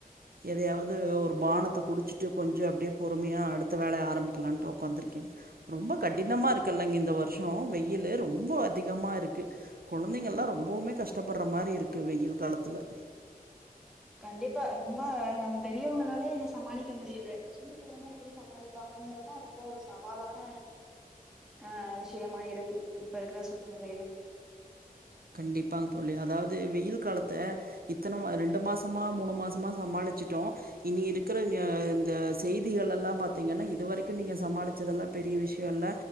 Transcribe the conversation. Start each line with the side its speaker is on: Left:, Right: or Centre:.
Right: எதையாவது ஒரு பானத்த குடிச்சிட்டு கொஞ்சோ அப்டியே பொறுமையா அடுத்த வேல ஆரம்பிக்கலான்ட்டு உக்காந்துருக் <unintelligible> ரொம்ப கடினமா இருக்குல்லலைங்க இந்த வருஷ்ஷோ வெயில ரொம்ப் ரொம்ப அதிகமா இருக்கு கொழந்தைங்க எல்லா ரொம்பவுமே கஷ்டப்படுற மாரி இருக்கு வெயில் காலத்துல
Centre: கண்டிப்பா ரொம்ப நம்ம பெரியவங்களாலே இத சமாளிக்க முடியல சின்ன பிள்ளையம எப்படி சமாளிப்பாங்கங்கறதான் ரொம்ப ஒரு சவாலான அ விஷயமா இருக்கு இப்ப இருக்கிற சூழ்நிலையில
Right: கண்டிப்பாகங் தோழி அதாவது வெயில் காலத்த இத்தன ரெண்டு மாசமா மூணு மாசமா சமாளிச்சட்டோ இனி இருக்கிற ஆ இந்த செய்திகள்ளெல்லா பாத்தீங்கன்னா இது வரைக்கும் நீங்கள் சமாளித்ததெல்லா பெரிய விஷ்யோ இல்ல